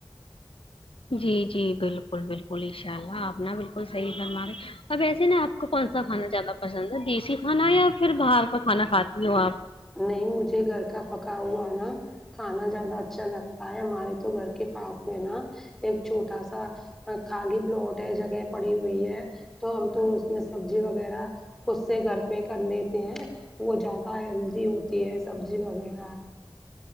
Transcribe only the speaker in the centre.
نہیں مجھے گھر کا پکا ہوا نا کھانا زیادہ اچھا لگتا ہے ہمارے تو گھر کے پاس میں نا ایک چھوٹا سا خالی پلاٹ ہے جگہ پڑی ہوئی ہے تو ہم تو اس میں سبزی وغیرہ خود سے گھر پہ کر لیتے ہیں وہ زیادہ ہیلدی ہوتی ہے سبزی وغیرہ